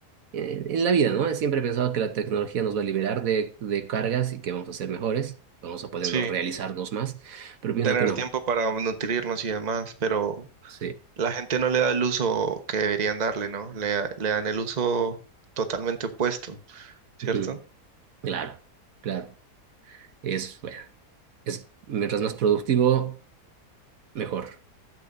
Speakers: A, on the right; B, on the right.
A: En, en la vida, ¿no? Siempre he pensado que la tecnología nos va a liberar de, de cargas y que vamos a ser mejores, vamos a podernos
B: Sí,
A: realizarnos más, pero pienso
B: tener
A: que no.
B: tiempo para nutrirnos y demás, pero
A: Sí.
B: la gente no le da el uso que deberían darle, ¿no? Le, le dan el uso totalmente opuesto, ¿cierto?
A: Ujú. Claro, claro. Es, bueno, es, mientras más productivo, mejor.